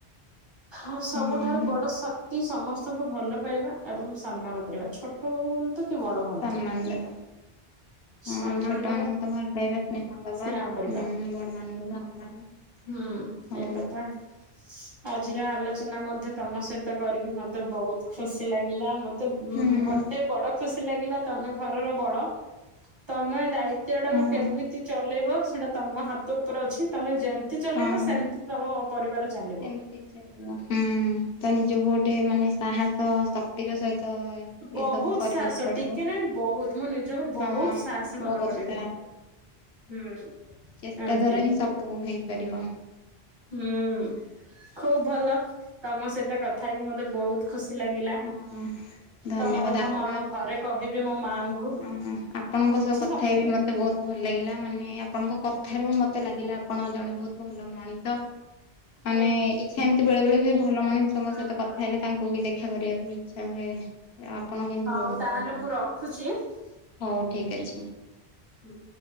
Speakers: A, on the right; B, on the left.
A: ଆଉ ସବୁଠାରୁ
B: ହଁ
A: ବଡ ଶ କ୍ତି ସମସ୍ତଙ୍କୁ ଭଲ ପାଇବା ଏବଂ ସମ୍ମାନ କରିବା। ଛୋଟ ହୁଅନ୍ତୁ କି ବଡ ହୁଅନ୍ତୁ।
B: ସମ୍ମାନ ଦେବା।
A: ସମ୍ମାନ
B: ହଁ ଛୋଟ
A: ଦବା
B: ମାନଙ୍କୁ ତ ଭଲ ପାଇବା, ସ୍ନେହା ଦବା।
A: ସ୍ନେହ କରିବା
B: ହୁଁ ବଡମାନଙ୍କୁ ସମ୍ମାନ
A: ହୁଁ
B: ହଁ
A: ଏ କଥା। ଆଜିର ଆଲୋଚନା ମଧ୍ୟ ତମ ସହିତ କରିକି ମତେ ବହୁତ ଖୁସି ଲାଗିଲା। ମତେ
B: ହୁଁ
A: ଉଁ ଗୋଟେ ବଡ ଖୁସି ଲାଗିଲା ତମେ ଘରର ବଡ। ତମେ ଦାୟି ତ୍ୱ ଟାକୁ
B: ହଁ
A: କେମିତି ଚଲେଇବ ସେଇଟା ତମ ହାତ ଉପରେ ଅଛି। ତମେ ଯେମିତି ଚଲେଇବ
B: ହଁ
A: ସେମ୍ ତିି ତମ ପରିବାର ଚାଲିବ।
B: ସେମିତି ହୁଁ ତ ନିଜକୁ ଗୋଟେ ମାନେ ସାହସ, ଶକ୍ତିର ସହିତ
A: ବହୁତ
B: ଏସବୁ କରିବାକୁ
A: ସାହସ
B: ପଡିବ।
A: ଟିକେ ନାଇ ବହୁତ ମୁଁ ନିଜକୁ ବହୁତ
B: ହଁ
A: ସାହସୀ ମନେ
B: ବହୁତ
A: କରିବି।
B: ସାରା
A: ହୁଁ।
B: ଚେଷ୍ଟା
A: ଏମତି
B: ଦ୍ଵାରା ହିଁ ସବୁ ହେଇପାରିବ।
A: ହୁଁ। ଖୁବ୍ ଭଲ। ତମ ସହିତ କଥା ହେଇକି ମତେ ବହୁତ ଖୁସି ଲାଗିଲା।
B: ହଁ ଧନ୍ୟବାଦ
A: ତମ କଥା
B: ଆପଣ
A: ମୁଁ ଆମ
B: ବି
A: ଘରେ କହିବି ମୋ ମାଙ୍କୁ।
B: ହଁ ଆପଣଙ୍କ
A: ବୁଝିଲ
B: ସହ କଥା ହେଇବି ମତେ ବହୁତ ଭଲ ଲାଗିଲା, ମାନେ ଆପଣଙ୍କ କଥାରୁ ମତେ ଲାଗିଲା ଆପଣ ଜଣେ ବହୁତ ଭଲ ମଣିଷ।
A: ହୁଁ।
B: ମାନେ ଇଚ୍ଛା ଏମିତି ବେଳେବେଳେ ହୁଏ। ଭଲ ମଣିଷଙ୍କ
A: ହୁଁ
B: ସହିତ
A: ହୁଁ
B: କଥା ହେଲେ ତାଙ୍କୁ ବି ଦେ ଦେଖା କରିବାକୁ ଇଚ୍ଛା ହୁଏ। ଆପଣ କିନ୍ତୁ
A: ହଉ
B: ବହୁତ
A: ତାହେଲେ
B: ଭଲ।
A: ମୁଁ ରଖୁଛି। ହୁଁ।
B: ହଉ ଠିକ୍ ଅଛି।
A: ହୁଁ।